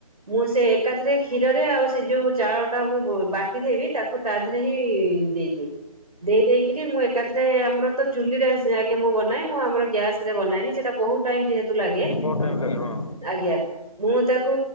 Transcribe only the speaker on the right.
ମୁଁ ସେ ଏକାଥରେ କ୍ଷୀରରେ ଆଉ ସେ ଯୋଉ ଚାଉଳ ଟା ମୁଁ ବାଟି ଦେବି ତାକୁ ତା ଦେହରେ ହିଁ ଦେଇଦିଏ ଦେଇ ଦେଇକିରି ମୁଁ ଏକାଥରେ ଆମର ତ ଚୁଲିରେ ଆ ମୁଁ ବନାଏ ମୁଁ ଆମର ଗ୍ୟାସ ରେ ବନାଏନି ସେଟା ବହୁତ ଟ କୁ ଲାଗେ
ଆଜ୍ଞା ମୁଁ ତାକୁ